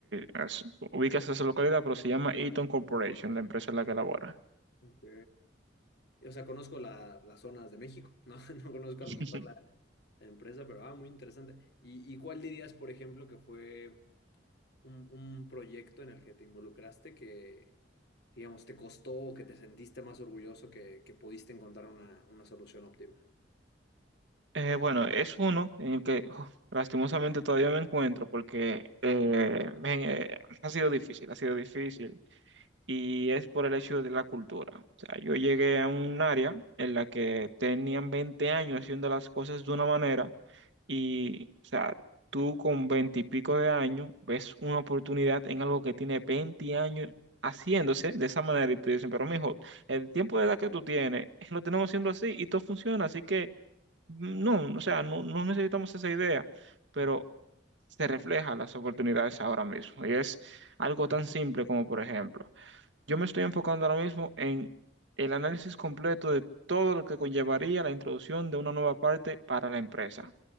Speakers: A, on the right; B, on the left.
A: es- ubicas esa localidad, pero se llama Eaton Corporation, la empresa en la que labora.
B: ok. O sea, conozco la- las zonas de México, ¿no? <laughs> No conozco
A: <laughs>
B: a lo mejor la, la empresa, pero ah, muy interesante. ¿Y, y cuál dirías, por ejemplo, que fue un, un proyecto en el que te involucraste que, digamos, te costó o que te sentiste más orgulloso que, que pudiste encontrar una, una solución óptima?
A: Eh, bueno, es uno en el que oh, lastimosamente todavía me encuentro porque eh, me- eh, ha sido difícil, ha sido difícil y es por el hecho de la cultura. O sea, yo llegué a un área en la que tenían 20 años haciendo las cosas de una manera y, o sea, tú con 20 y pico de años ves una oportunidad en algo que tiene 20 años haciéndose de esa manera y te dicen, pero mijo, el tiempo de edad que tú tienes lo tenemos haciendo así y todo funciona, así que... No, o sea, no, no necesitamos esa idea, pero
B: Ujú,
A: se refleja las oportunidades ahora mismo. Y es algo tan simple como, por ejemplo, yo me estoy enfocando ahora mismo en el análisis completo de todo lo que conllevaría la introducción de una nueva parte para la empresa.